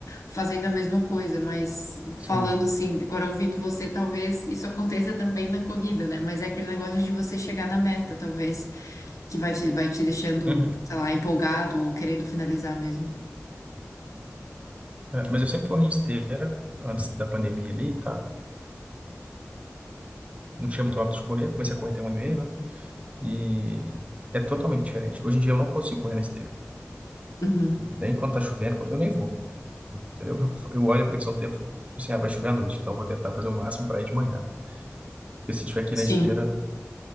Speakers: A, on the left (about 80°); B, on the right (about 25°).
A: fazendo a mesma coisa. Mas falando
B: sim.
A: assim, agora ouvindo você, talvez isso aconteça também na corrida, né? Mas é aquele negócio de você chegar na meta, talvez, que vai te, vai te deixando,
B: Uhum.
A: sei lá, empolgado ou querendo finalizar mesmo.
B: É, mas eu sempre corri em esteira, antes da pandemia ali e tal. não tinha muito hábito de correr, comecei a correr tem um ano e meio, né? E é totalmente diferente. Hoje em dia eu não consigo correr na esteira.
A: Uhum.
B: Nem quando tá chovendo, quando- eu nem vou, entendeu? <laughs> Eu olho a previsão do tempo, tipo assim, ah, vai chover à noite, então eu vou tentar fazer o máximo para ir de manhã, né? Porque se tiver aqui
A: Sim,
B: na esteira,